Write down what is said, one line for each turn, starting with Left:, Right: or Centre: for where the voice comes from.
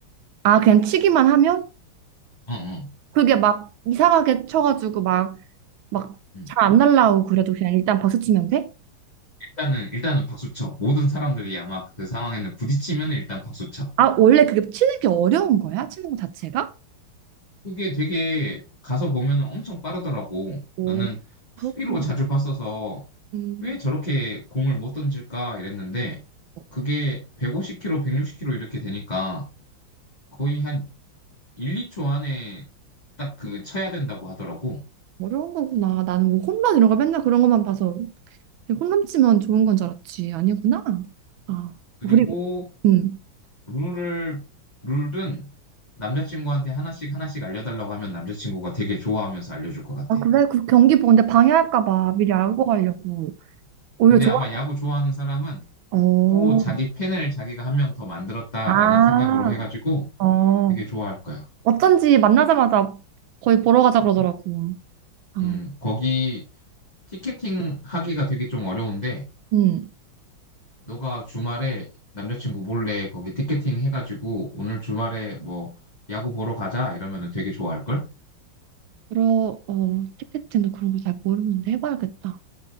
Right: 아, 그냥 치기만 하면?
Left: 어, 어.
Right: 그게 막 이상하게 쳐가지고 막, 막
Left: 음.
Right: 잘 안 날라오고 그래도 그냥 일단 박수 치면 돼?
Left: 일단은, 일단은 박수 쳐. 모든 사람들이 아마 그 상황에는 부딪히면 일단 박수 쳐.
Right: 아, 원래 그게 치는 게 어려운 거야? 치는 거 자체가?
Left: 그게 되게 가서 보면은 엄청 빠르더라고.
Right: 오,
Left: 나는 TV로
Right: 그렇구나.
Left: 자주 봤어서
Right: 음,
Left: 왜 저렇게 공을 못 던질까 이랬는데
Right: 어,
Left: 그게 150km, 160km 이렇게 되니까 거의 한 1, 2초 안에 딱 그 쳐야 된다고 하더라고.
Right: 어려운 거구나. 나는 뭐 홈런 이런 거 맨날 그런 것만 봐서 홈런치면 좋은 건 줄 알았지. 아니구나. 아,
Left: 그리고
Right: 우리 음.
Left: 룰을 룰은 남자친구한테 하나씩 하나씩 알려달라고 하면 남자친구가 되게 좋아하면서 알려줄 것 같아.
Right: 아, 그래? 그 경기 보는데 방해할까 봐 미리 알고 가려고. 오히려
Left: 근데
Right: 좋아.
Left: 아마 야구 좋아하는 사람은
Right: 어,
Left: 또 자기 팬을 자기가 한 명 더 만들었다라는
Right: 아,
Left: 생각으로 해가지고
Right: 어.
Left: 되게 좋아할 거야.
Right: 어쩐지 만나자마자 거의 보러 가자
Left: 음,
Right: 그러더라고. 아,
Left: 음. 거기 티켓팅 하기가 되게 좀 어려운데
Right: 음.
Left: 너가 주말에 남자친구 몰래 거기 티켓팅 해가지고 오늘 주말에 뭐 야구 보러 가자 이러면은 되게 좋아할걸?
Right: 들어 어, 티켓팅도 그런 거 잘 모르는데 해봐야겠다.